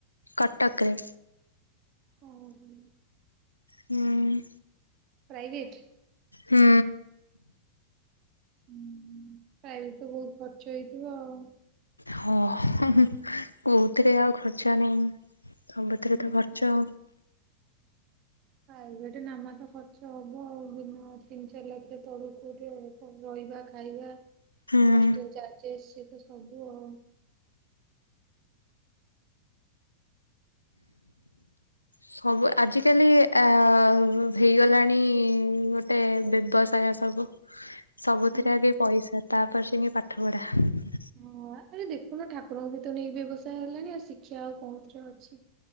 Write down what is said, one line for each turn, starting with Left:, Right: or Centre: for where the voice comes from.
Left: କଟକରେ।
Right: ଓ ହୋ।
Left: ହୁଁ।
Right: ପ୍ରାଇଭେଟ୍?
Left: ହୁଁ।
Right: ହୁଁ, ହୁଁ, ପ୍ରାଇଭେଟ୍ ତ ବହୁତ ଖର୍ଚ୍ଚ ହେଇଥିବ ଆଉ।
Left: ହଁ, ହୁଁ, ହୁଁ, କୋଉଥିରେ ଆଉ ଖର୍ଚ୍ଚ ନାଇଁ, ସବୁଥିରେ
Right: ହୁଁ।
Left: ତ ଖର୍ଚ୍ଚ।
Right: ପ୍ରାଇଭେଟ୍ ନାମା, ତ ଖର୍ଚ୍ଚ ହବ ଆଉ। ବିନା ତିନି-ଚାରି ଲକ୍ଷ ତଳୁ କୋଉଠି ଆଉ? ରହିବା, ଖାଇବା,
Left: ହୁଁ।
Right: ହଷ୍ଟେଲ ଚାର୍ଜେସ୍‌ ସେତ ସବୁ ଆଉ।
Left: ସବୁ ଆଜିକାଲି ଆ, ହେଇଗଲାଣି ଗୋଟେ ବ୍ୟବସାୟ ସବୁ। ସବୁଥିରେ
Right: ହୁଁ।
Left: ଆଗେ ପଇସା, ତାପରେ ଯାଇକି ପାଠ ପଢ଼ା।
Right: ହଁ, ଆରେ ଦେଖୁନ, ଠାକୁରଙ୍କ ବି ତ ନେଇକି ବ୍ୟବସାୟ ହେଲାଣି, ଆଉ ଶିକ୍ଷା ଆଉ କଉଥିରେ ଅଛି।